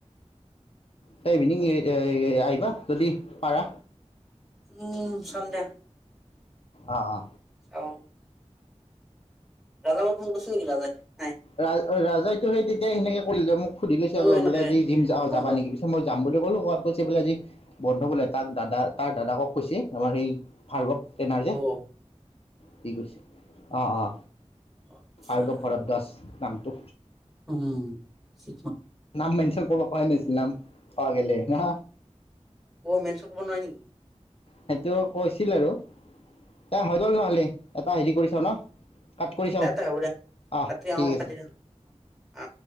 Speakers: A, on the left; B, in the centre.
A: তই ইভিনিং এই এ এ এ আহিবা যদি পাৰা।
B: উম চাম দে।
A: অ অ।
B: চাওঁ। ৰাজা পা ফোন কৰিছিল নেকি ৰাজাই নাই
A: ৰা অ ৰা জাইটো সেই তেতিয়াই সেনেকে কৰিল যে মোক। সুধি লৈছে
B: অ
A: আগত
B: এনেকে
A: বোলে আজি জিম যা অ
B: বন্ধ
A: যাবা নেকি? পিছে মই যাম বুলি ক'লো কবাত কৈছে বোলে আজি বন্ধু বোলে তাক দাদা তাৰ দাদাকক কৈছে। আমাৰ সেই ভাৰ্গৱ তেন আৰ যে
B: অ
A: সি কৈছে অ অ।
B: আতচ্ছা।
A: ভাৰ্গৱ ভৰদ্বাজ দাস নামটো।
B: উম চি
A: নাম মানিছ কৈব হয় নেছলাম পা গেলে না।
B: অ মেনচন কৰিব নোৱাৰি নি?
A: সেইটো কৈছিল আৰু তা হাইডল গ'লে এটা হেৰি কৰি চাও ন? কাট কৰি চাওঁ
B: দে তই হ'ব দে
A: আহ
B: কাটি
A: ঠিক
B: অহ
A: আছে
B: কাটি দেয় আ